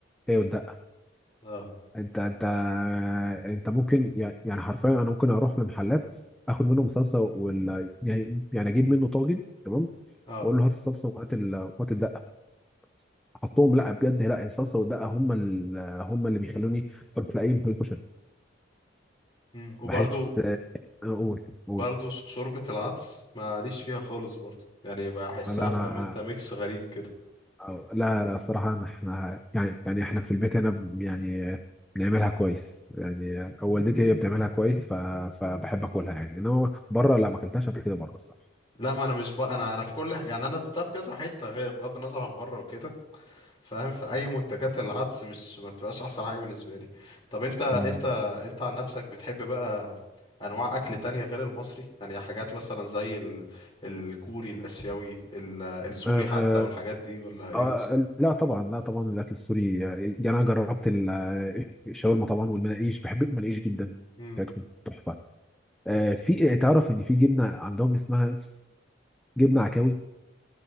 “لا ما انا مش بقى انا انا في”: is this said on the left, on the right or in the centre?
Left